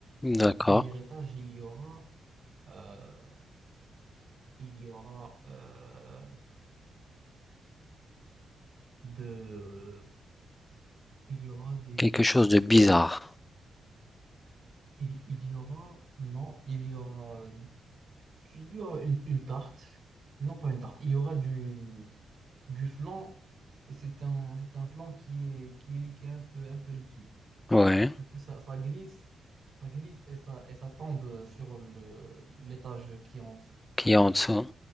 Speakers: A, on the right; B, on the left.
A: Dans
B: d'accord.
A: le premier étage, il y aura, euh, il y aura, euh, de, il y aura des,
B: Quelque chose de bizarre.
A: il, il y aura, non, il y aura, il y aura une, une tarte. Non, pas une tarte, il y aura du, du flan, et c'est un, c'est un flan qui est, qui est liquide, un peu, un peu liquide.
B: Ouais,
A: Du coup, ça, ça glisse, ça glisse et ça, et ça tombe sur le, l'étage qui est en dessous.
B: qui est en dessous.